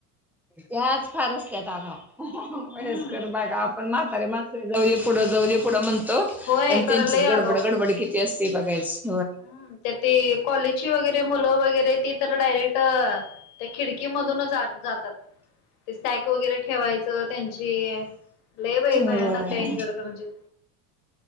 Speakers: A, in the centre; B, on the left (about 70°).
A: याच फार असत्यात आगाव. वयस्कर
B: हम्म
A: बायका आपण म्हा तारी माणसं आहे, जाऊया पुढं जाऊदे पुढं म्हणतो.
B: होय
A: पण
B: खरं
A: त्यांचीच
B: लय आगाव
A: गडबड गडबड कि तेच ते बघायचं.
B: हम्म, त्यात ते कॉलेजची वगैरे, मुलं वगैरे ती तर डायरेक्ट त्या खिडकी मधूनच आत जातात. ते सॅक वगैरे ठेवायचं त्यांची, लय बाय
A: होय.
B: भयानक त्या इंजरकरजीत